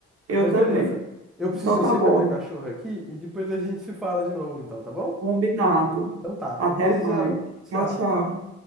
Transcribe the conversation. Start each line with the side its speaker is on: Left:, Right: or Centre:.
Right: Eu
Centre: Mas
Right: também.
Centre: beleza. Eu preciso
Right: Então tá
Centre: descer
Right: bom,
Centre: com a minha cachorra aqui e depois a gente se fala de novo, então, tá bom?
Right: combinado.
Centre: Então tá.
Right: Até
Centre: Um beijão.
Right: mais.
Centre: Tchau.
Right: Tchau, tchau.